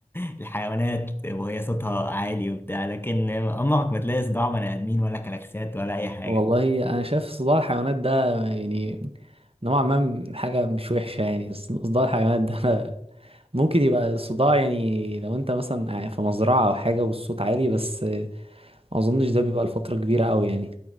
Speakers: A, on the left; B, on the right.
A: <laughs> الحيوانات وهي صوتها عالي وبتاع لكن عمرك ما تلاقي صداع بني آدمين ولا كلاكسات ولا أي حاجة
B: والله انا شايف صداع الحيوانات ده يعني نوعا ما حاجة مش وحشة يعني صداع الحيوانات ده <laughs> ممكن يبقى الصداع يعني لو انت مثلا في مزرعة او حاجة والصوت عالي بس ما اظنش ده بيبقى لفترة كبيرة قوي يعني